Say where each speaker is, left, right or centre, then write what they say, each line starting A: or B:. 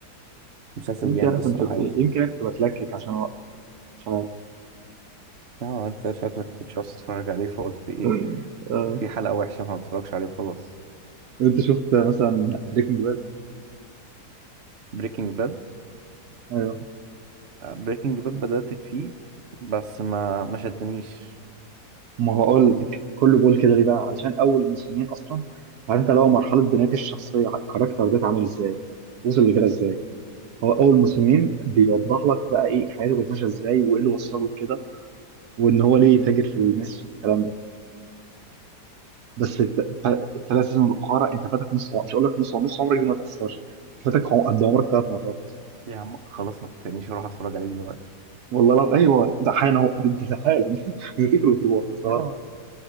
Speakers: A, on the right; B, on the right.
A: مسلسل
B: يمكن
A: جامد
B: انا
A: الصراحة
B: كنت
A: أوي
B: يمكن انا كنت بتلكك عشان اوقف مش عارف
A: اه انت شكلك كنتش عاوز تتفرج عليه فقلت ايه
B: <laughs> آه،
A: في حلقة وحشة فما تتفرجش عليه وخلاص
B: انت شفت مثلا بريكنج باد
A: بريكنج باد
B: ايوه
A: بريكنج باد بدأت فيه بس ما ما شدنيش
B: ما هو اقول لك كله بقول كده ليه بقى علشان اول موسمين اصلا عارف انت لو مرحله بناء الشخصيه الكاركتر ده اتعمل ازاي وصل لكده ازاي هو اول موسمين بيوضح لك بقى ايه حياته كانت ماشيه ازاي وايه اللي وصله لكده وان هو ليه تاجر في المس والكلام ده بس الت- الت- الثلاث سيزون الاخرى انت فاتك نص عمر- مش هقول لك نص عمر- نص عمرك دي ما تاثرش انت فاتك عم- قد عمرك ثلاث مرات
A: يا عم خلاص ما تخلينيش اروح اتفرج عليه دلوقتي
B: والله لا ايوه ده حالا اهو ده ده حالا <laughs> بتفتكر وتروح بصراحه
A: <laughs>